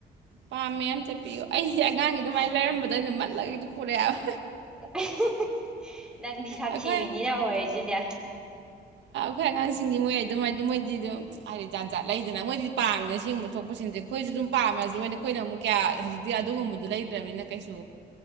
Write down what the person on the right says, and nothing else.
ꯄꯥꯝꯃꯦ ꯑꯃ ꯆꯠꯄꯤꯌꯨ ꯑꯩꯁꯦ ꯑꯉꯥꯡꯒꯤ ꯑꯗꯨꯃꯥꯏꯅ ꯂꯩꯔꯝꯕꯗꯣ ꯑꯩꯅ ꯃꯠꯂꯒꯗꯤ ꯄꯨꯔꯛꯑꯦꯕ
ꯑꯩꯈꯣꯏ
ꯑꯩꯈꯣꯏ ꯑꯉꯥꯡꯁꯤꯡꯒꯤ ꯃꯣꯏ ꯑꯗꯨꯝ ꯍꯥꯏꯗꯤ ꯃꯣꯏꯗꯤ ꯑꯗꯨꯝ ꯍꯥꯏꯗꯤꯖꯥꯖꯥꯠ ꯂꯩꯗꯅ ꯃꯣꯏꯗꯤ ꯄꯥꯝꯃꯤꯅ ꯁꯦꯡꯕ ꯊꯣꯛꯄꯁꯤꯡꯁꯦ ꯑꯩꯈꯣꯏꯁꯨ ꯑꯗꯨꯝ ꯄꯥꯝꯃꯦ ꯑꯗꯨꯣꯏꯅ ꯑꯩꯈꯣꯏꯅ ꯑꯃꯨꯛ ꯀꯌꯥ ꯍꯧꯖꯤꯛꯇꯤ ꯑꯗꯨꯒꯨꯝꯕꯗꯨꯣ ꯂꯩꯇ꯭ꯔꯅꯤꯅ ꯀꯩꯁꯨ